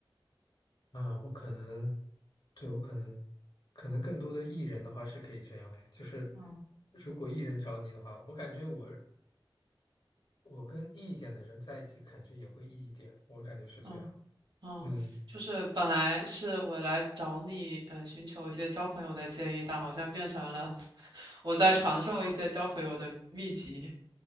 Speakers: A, on the left (about 55°); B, on the right (about 60°).
A: 啊，我可能，对，我可能，可能更多的艺人的话是可以这样哎，就是
B: 嗯
A: 如果艺人找你的话，我感觉我我跟 E 一点的人在一起，感觉也会 E 一点，我感觉是这样。
B: 嗯。嗯，
A: 嗯。
B: 就是本来是我来找你，呃，寻求一些交朋友的建议，但好像变成了我在传授一些交朋友的秘籍。